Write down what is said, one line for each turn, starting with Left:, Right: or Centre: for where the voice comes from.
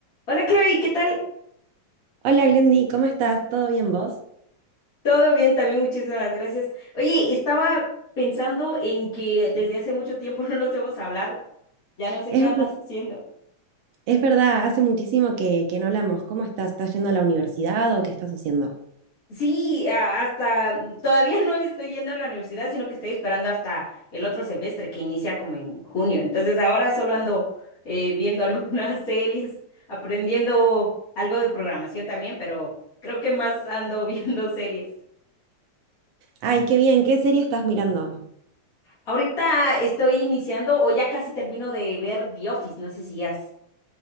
Left: Hola Chloe, ¿qué tal?
Right: Hola Glendy, ¿cómo estás? ¿Todo bien vos?
Left: Todo bien también, muchísimas gracias. Oye, estaba pensando en que desde hace mucho tiempo <laughs> no nos hemos hablado. Ya no sé
Right: Es
Left: qué
Right: verdad,
Left: andas haciendo.
Right: es verdad, hace muchísimo que, que no hablamos. ¿Cómo estás? ¿Estás yendo a la universidad o qué estás haciendo?
Left: Sí, a- hasta mm, todavía no estoy yendo a la universidad, sino que estoy esperando hasta el otro semestre que inicia como en junio. Entonces ahora solo ando eh, viendo <laughs> algunas series, aprendiendo algo de programación también, pero creo que más ando <laughs> viendo series.
Right: Ay, qué bien, ¿qué serie estás mirando?
Left: Ahorita estoy iniciando o ya casi termino de ver The Office, no sé si has.